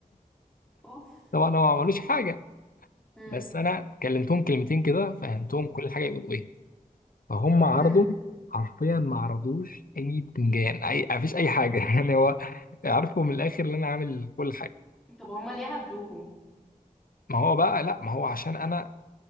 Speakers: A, in the centre; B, on the left.
A: اوف
B: طبعا هو ما عملوش حاجه
A: امم
B: بس انا كلمتهم كلمتين كده فهمتهم كل حاجه يقولوا ايه فهم عرضوا
A: امم
B: حرفيا ما عرضوش اي بتنجان اي مفيش اي حاجه <laughs> يعني هو عارفوا من الاخر ان انا عامل كل حاجه
A: طب هما ليه عدوهم
B: ما هو بقى لا ما هو عشان انا